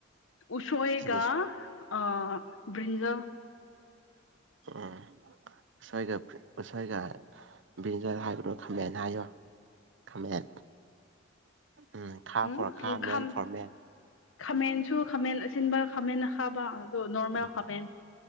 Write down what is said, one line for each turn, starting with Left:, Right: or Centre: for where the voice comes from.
Left: ꯎꯁꯣꯑꯒ
Right: ꯑꯩꯒꯤꯁꯦ
Left: ꯑꯥ ꯕꯔꯤꯟꯖꯜ
Right: ꯎꯝ ꯉꯁꯣꯏꯒ ꯉꯁꯣꯏꯒ ꯕ꯭ꯟꯖꯔ ꯍꯥꯏꯕꯗꯨ ꯈꯝꯃꯦꯅ ꯍꯥꯏꯌꯣ ꯈꯥꯃꯦꯟ ꯎꯝ ꯈꯥ
Left: ꯎꯝ
Right: ꯐꯣꯔ ꯈꯥ ꯃꯦꯟ
Left: ꯈꯥꯝ
Right: ꯐꯣꯔ ꯃꯦꯟ
Left: ꯈꯥꯃꯦꯟꯁꯨ ꯈꯥꯃꯦꯟ ꯑꯁꯤ ꯑꯁꯤꯟꯕ ꯈꯥꯃꯦꯟ ꯈꯥꯕ ꯑꯣ ꯅꯣꯔꯃꯦꯜ
Right: ꯎꯝ
Left: ꯈꯥꯃꯦꯟ